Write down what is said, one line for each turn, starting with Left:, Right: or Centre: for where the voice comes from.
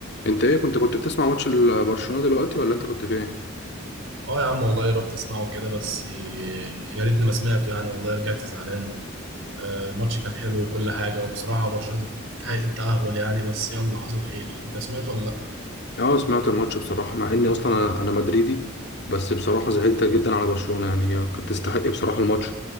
Left: انت ايه كنت كنت بتسمع ماتش ال- برشلونة دلوقتي ولا انت كنت في ايه؟
Right: اه يا عم والله رحت اسمعه كده بس يا ريتني ما سمعته يعني والله رجعت زعلان آه، الماتش كان حلو وكل حاجة وبصراحة برشلونة تستحق التأهل يعني بس يلا حصل خير انت سمعته ولا لا
Left: اه سمعت الماتش بصراحة مع اني اصلا انا أنا مدريدي بس بصراحة زعلت جدا على برشلونة يعني هي كانت تستحق بصراحة الماتش